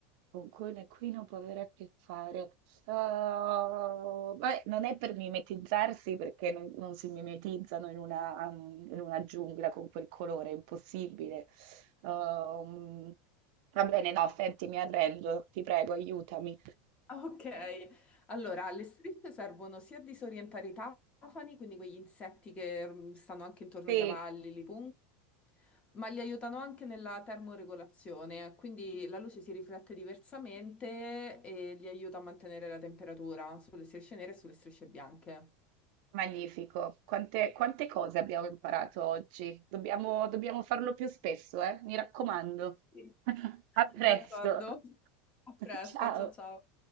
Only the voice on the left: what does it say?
Ah, Ok, allora le strisce servono sia a disorientare i tafani, quindi quegli insetti che mm, stanno anche intorno
ai cavalli, li pungono, ma li aiutano anche nella termoregolazione, quindi la luce si riflette diversamente e li aiuta a mantenere la temperatura sulle strisce nere e sulle strisce bianche.
Sì.
D'accordo, a
presto,
ciao ciao.